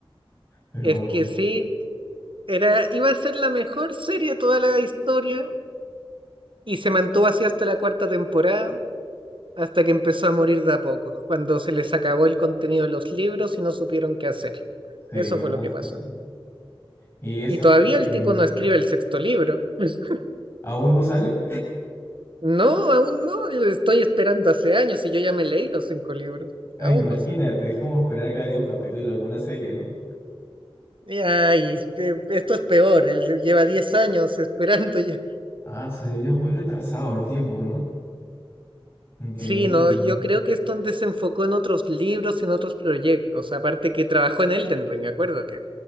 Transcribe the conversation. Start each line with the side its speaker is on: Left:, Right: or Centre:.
Left: Pero
Right: Es que
Left: bueno,
Right: sí, era, iba a ser la mejor serie de toda la historia y se mantuvo así hasta la cuarta temporada, hasta que empezó a morir de a poco, cuando se les acabó el contenido de los libros y no supieron qué hacer.
Left: sí,
Right: Eso
Left: la
Right: fue
Left: verdad
Right: lo que
Left: es que
Right: pasó.
Left: sí. Y esto
Right: Y todavía
Left: creo que
Right: el tipo no escribe el sexto libro. <laughs>
Left: aún no sale.
Right: No, aún no. Lo estoy esperando hace años y yo ya me leí los cinco libros.
Left: <laughs> ah
Right: Aún
Left: Imagínate,
Right: no sé.
Left: es como esperar cada día un capítulo de alguna serie, ¿no?
Right: Ay, eh, esto es peor, él lleva 10 años esperando ya.
Left: Ah, soy yo muy retrasado el tiempo, ¿no? Increíble.
Right: Sí, no, yo creo que es donde se enfocó en otros libros, en otros proyectos, aparte que trabajó en Elden Ring, acuérdate.